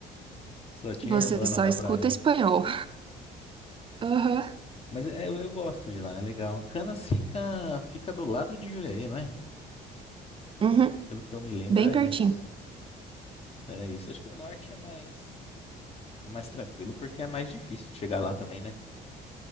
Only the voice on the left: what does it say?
só tinha
hermana
na
praia.
Mas é, eu, eu gosto de lá, é legal. Canas fica, fica do lado de Jurerê, não é?
Pelo que eu me lembro,
é
isso. Era isso. Acho que o norte é mais, é mais tranquilo porque é mais difícil de chegar lá também, né?